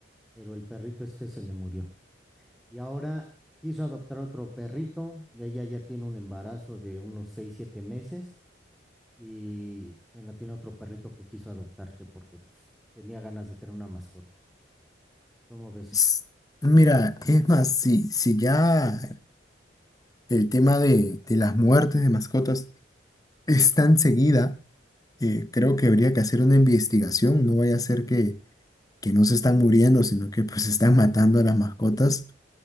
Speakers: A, in the centre; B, on the left.
A: pero el perrito este se le murió. Y ahora quiso adoptar otro perrito, y ella ya tiene un embarazo de unos 6 7 meses y bueno, tiene otro perrito que quiso adoptar que porque pues, tenía ganas de tener una mascota. ¿Cómo ves?
B: s- Mira, es más, si, si ya el tema de, de las muertes de mascotas es tan seguida, eh, creo que habría que hacer una investigación, no vaya a ser que que no se están muriendo, sino que pues están matando a las mascotas.